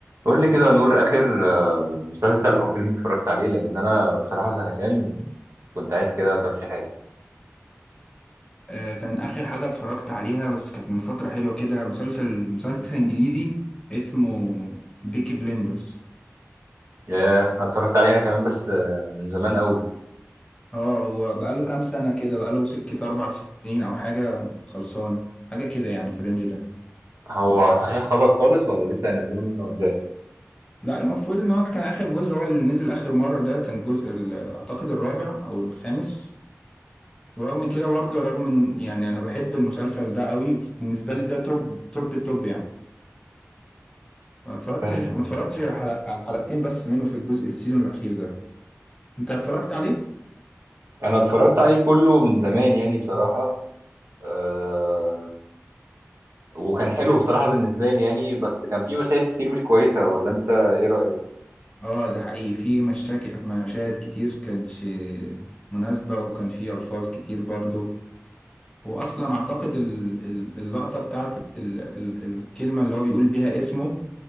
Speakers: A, on the right (about 65°); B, on the left (about 20°).
A: قول لي كده يا نور اخر آه، مسلسل او فيلم اتفرجت عليه لان انا بصراحه زهقان وكنت عايز كده ترشيحات
B: آه، كان آخر حاجة اتفرجت عليها بس كانت من فترة حلوة كده مسلسل مسلسل إنجليزي اسمه بيكي بليندرز
A: ياه انا اتفرجت عليه انا كمان بس آه، من زمان قوي
B: اه هو بقاله كام سنة كده بقاله سكة أربع سنين أو حاجة خلصان حاجة كده يعني في الرينج ده
A: هو صحيح خلص خالص ولا لسه هينزلوا منه اجزاء
B: لا المفروض إن هو كان آخر جزء هو اللي نزل آخر مرة ده كان الجزء ال- أعتقد الرابع أو الخامس ورغم كده برضه رغم إن يعني أنا بحب المسلسل ده قوي بالنسبة لي ده توب توب التوب يعني ما اتفرجتش
A: فاهم
B: ما
A: قصدك
B: اتفرجتش
A: آه.
B: على حلق- على حلقتين بس منه في الجزء السيزون الأخير ده انت اتفرجت عليه؟
A: انا اتفرجت عليه كله من زمان يعني بصراحه أه وكان حلو بصراحه بالنسبه لي يعني بس كان في مشاهد كتير مش كويسه ولا انت ايه رايك
B: اه ده حقيقي في مشاكل في مشاهد كتير كانتش مناسبة وكان في ألفاظ كتير برضو وأصلا أعتقد ال- ال- اللقطة بتاعت ال- ال- الكلمة اللي هو بيقول بيها اسمه